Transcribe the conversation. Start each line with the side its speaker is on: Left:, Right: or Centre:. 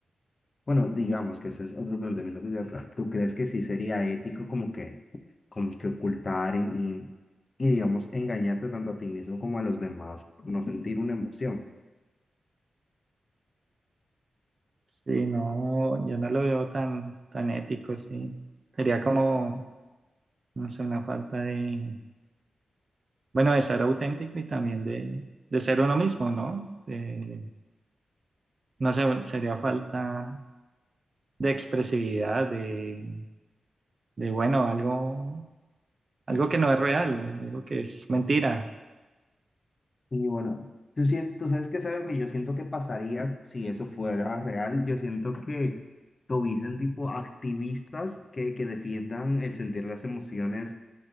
Left: bueno, digamos que eso es otro planteamiento que se trata. ¿Tú crees que sí sería ético como que, como que ocultar y, y, y, digamos engañarte tanto a ti mismo como a los demás por no sentir una emoción?
Right: Sí, no, yo no lo veo tan, tan ético, sí. Sería como, no sé, una falta de, bueno, de ser auténtico y también de, de ser uno mismo, ¿no? De- no sé, sería falta de expresividad, de, de, bueno, algo algo que no es real, algo que es mentira.
Left: Y bueno, tú, sien- tú sabes que es algo que yo siento que pasaría si eso fuera real. Yo siento que, que hubiesen tipo activistas que, que defiendan el sentir las emociones